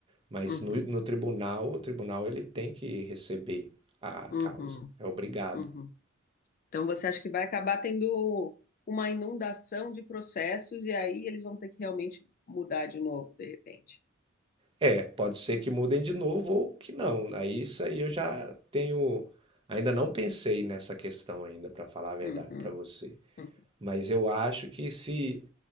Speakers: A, on the right; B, on the left.
A: Mas
B: uhum,
A: no, no tribunal, o tribunal ele tem que receber a
B: uhum,
A: causa, é obrigado.
B: uhum. Então, você acha que vai acabar tendo uma inundação de processos e aí eles vão ter que realmente mudar de novo, de repente?
A: É, pode ser que mudem de novo ou que não. Aí isso aí eu já tenho, ainda não pensei nessa questão ainda, para falar a verdade
B: Uhum,
A: para você.
B: uhum,
A: Mas eu acho que se